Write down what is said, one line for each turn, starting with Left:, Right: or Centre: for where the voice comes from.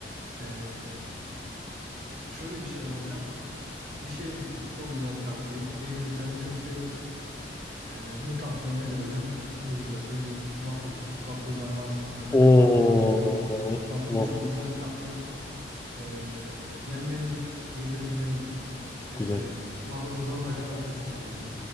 Right: E, şöyle bir şey var hocam. Bir şey unuttuk. Çok güzel bir tatlıyı. Eminim sen de çok seviyorsun. E, bu tatlı nedir hocam? Hızlıca söyleyeyim. Waffle'dır. Waffle'dan bahsetmeden de
Left: Oo,
Right: kapatmayalım derim. Waffle
Left: of,
Right: çok güzel bir tatlıdır. E, yenmelidir, yedirilmelidir. Ee,
Left: güzel.
Right: waffle'ın sonuna kadar arkasındayız hocam.